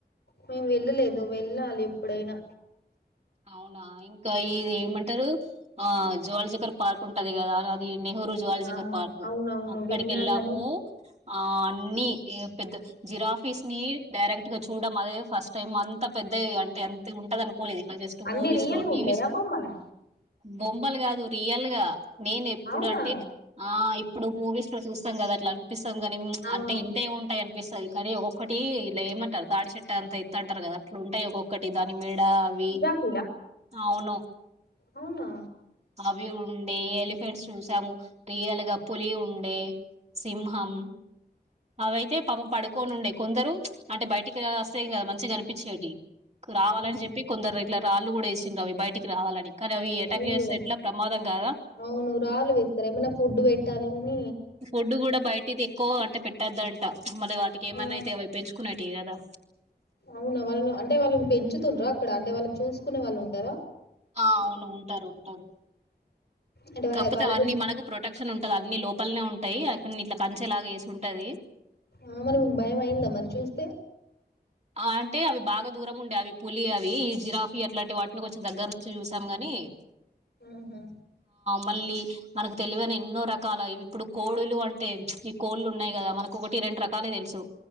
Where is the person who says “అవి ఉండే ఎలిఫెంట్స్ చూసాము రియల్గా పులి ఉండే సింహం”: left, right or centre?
Right